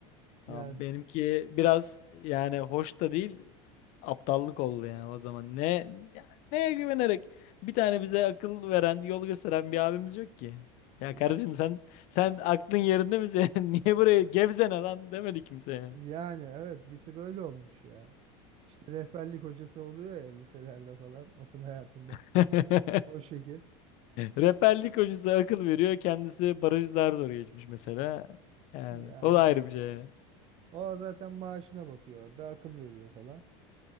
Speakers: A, on the right (about 40°); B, on the left (about 50°).
A: Ya,
B: Ya benimki biraz yani hoş da değil aptallık oldu yani o zaman. Ne ya neye güvenerek bir tane bize akıl veren, yol gösteren bir abimiz yok ki. Ya kardeşim
A: ya
B: sen sen aklın yerinde mi senin? <laughs> Niye buraya gevzene lan demedi kimseye.
A: yani evet bir tık öyle olmuş ya. İşte rehberlik hocası oluyor ya liselerde falan okul hayatında.
B: <laughs>
A: O şekil.
B: Rehberlik hocası akıl veriyor. Kendisi barajı daha zor geçmiş mesela. Yani
A: Ya
B: o da
A: işte
B: ayrı bir şey.
A: o zaten maaşına bakıyor orada akıl veriyor falan.